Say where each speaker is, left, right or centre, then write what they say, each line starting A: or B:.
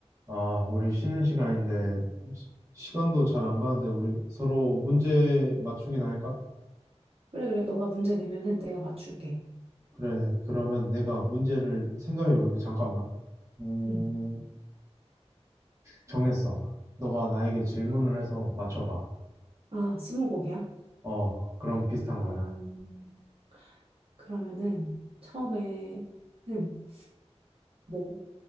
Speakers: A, on the right; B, on the right.
A: 아, 우리 쉬는 시간인데, 시, 간도 잘 안 가는데, 우리 서로 문제 맞추기나 할까?
B: 그래, 그래. 너가 문제 내면은 내가 맞출게.
A: 그래, 그러면 내가 문제를 생각해 볼게. 잠깐만. 음,
B: 응.
A: 정했어. 너가 나에게 질문을 해서 맞춰봐.
B: 아, 스무고개야?
A: 어, 그럼 비슷한
B: 음,
A: 거야.
B: 그러면은 처음에는 뭐